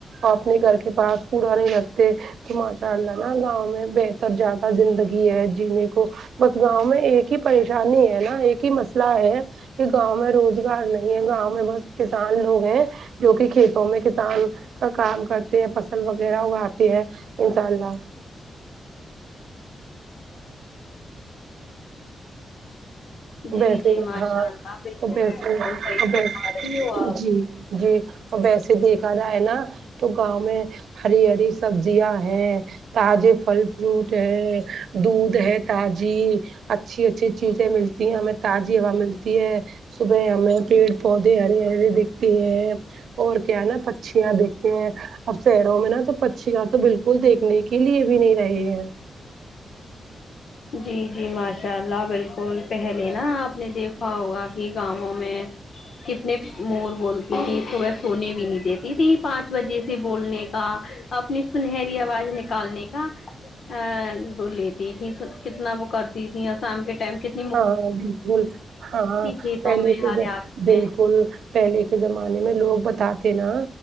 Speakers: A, on the right; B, on the left.
A: اپنے گھر کے پاس کوڑا نہیں رکھتے تو ماشاء اللہ نا گاؤں میں بہتر زیادہ زندگی ہے جینے کو بس گاؤں میں ایک ہی پریشانی ہے نا ایک ہی مسئلہ ہے کی گاؤں میں روزگار نہیں ہے گاؤں میں بس کسان لوگ ہیں جو کی کھیتوں میں کسان کا کام کرتے ہیں فصل وغیرہ اگاتے ہیں انشاء اللہ ویسے
B: جی جی ماشاء
A: ہاں
B: اللہ بالکل
A: ویسے
B: بالکل صحیح فرما
A: ویسے
B: رہی ہو آپ
A: جی جی ویسے دیکھا جائے نا تو گاؤں میں ہری ہری سبزیاں ہیں تازے پھل فروٹ ہے دودھ ہے تازی اچھی اچھی چیزیں ملتی ہیں ہمیں تازی ہوا ملتی ہے صبح ہمیں پیڑ پودے ہری ہری دکھتی ہیں اور کیا ہیں نہ پکشیاں دیکھتے ہے اب شہروں میں نا تو پکشیاں تو بالکل دیکھنے کے لیے بھی نہیں رہے ہیں ہ
B: جی جی ماشاء اللہ بالکل پہلے نا آپ نے دیکھا ہوگا کی گاؤوں میں کتنے مور بولتی تھی صبحے سونے بھی نہیں دیتی تھی پانچ بجے سے بولنے کا اپنی سنہری آواز نکالنے کا آ لیتی تھی کتنا وہ کرتی تھی اور شام کے ٹائم کت
A: ہاں بالکل ہاں
B: کھیتوں
A: پہلے
B: میں
A: کے
B: ہریالی
A: ذم بالکل
B: میں
A: پہلے کے زمانے میں لوگ بتاتے نا